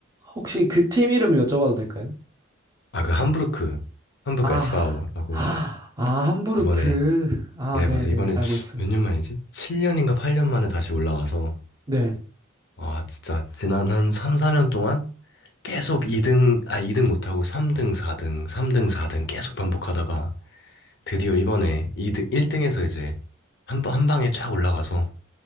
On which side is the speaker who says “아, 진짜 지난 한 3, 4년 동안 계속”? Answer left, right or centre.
Left